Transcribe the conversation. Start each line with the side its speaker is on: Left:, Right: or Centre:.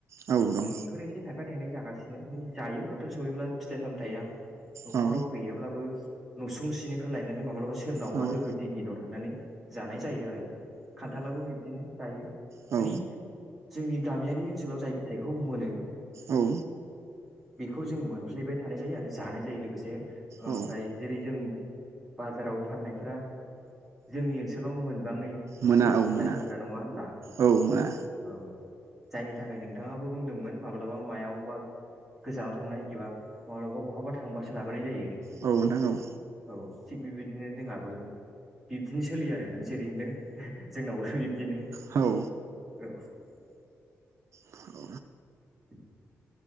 Right: औ दं
Centre: बेखौल' एसे थाफाय फथायनाय जागासिनो माने जायो बोथोर सहैब्ला फिथाइ सामथाया न'खराव
Right: औ
Centre: गैयाब्लाबो नुसुं सिनिफ्राय लायनानै माब्लाबा सोरनावा
Right: औ
Centre: लोगो दिगिनाव थांनानै जानाय जायो आरो खान्थालाबो बिबदिनो जायो
Right: औ
Centre: माने जोंनि गामियारि ओनसोलाव जाय फिथाइखौ मोनो
Right: औ
Centre: बेखौ जों मोनफ्लेबाय थानाय जायो आरो जानाय जायो लोगोसे ओमफ्राय
Right: औ
Centre: जेरै जों बाजाराव फाननायफोरा जोंनि ओनसोलाव मोन गोबाङै
Right: मोना
Centre: आफपेल
Right: औ मोना
Centre: दालिमफोरा नङा होनोमब्ला
Right: औ मोना
Centre: जायनि थाखाय नोंथाङाबो बुंदोंमोन माब्लाबा मायाव बा गोजानाव थांनाय एबा माब्लाबा बहाबा थांबासो लाबोनाय जायो
Right: औ नोंथां औ
Centre: औ थिग बेबायदिनो जोंहाबो बिब्दिनो सोलियो आरो नों जेरै होनदों जोंनाव बिब्दिनो
Right: हौ
Centre: औ
Right: औ
Centre: <inaudible>